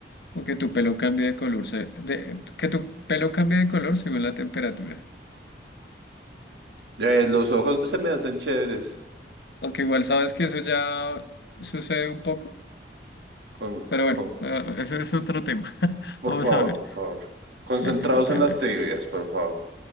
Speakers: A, on the left (about 70°); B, on the right (about 80°).
A: o que tu pelo cambie de color, se- de- que tu pelo cambie de color según la temperatura.
B: Eh, los ojos se me hacen chéveres
A: Aunque igual sabes que eso ya sucede un poco,
B: con,
A: pero
B: con,
A: bueno, ah, eso es otro tema. <laughs>
B: Por
A: Vamos
B: favor,
A: a ver.
B: por favor. Concentrados
A: Sí, tiene-
B: en las trivias, por favor.